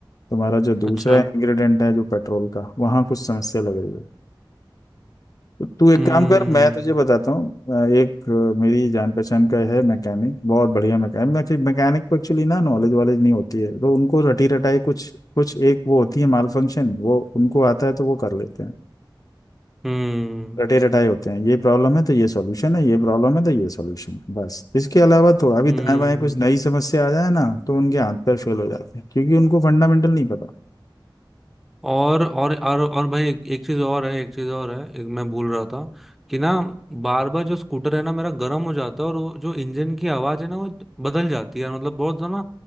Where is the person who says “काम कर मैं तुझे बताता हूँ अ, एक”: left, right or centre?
Left